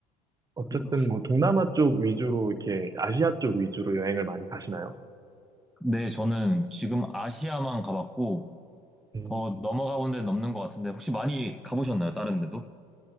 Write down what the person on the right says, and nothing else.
어쨌든
뭐 동남아 쪽 위주로 이렇게 아시아 쪽 위주로 여행을 많이 가시나요?
음,